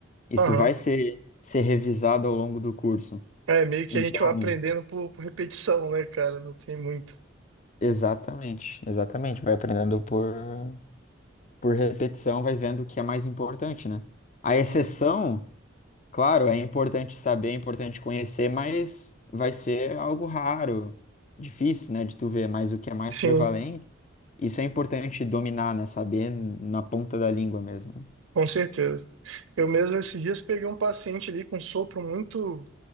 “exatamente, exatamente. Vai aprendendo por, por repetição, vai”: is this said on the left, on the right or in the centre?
Left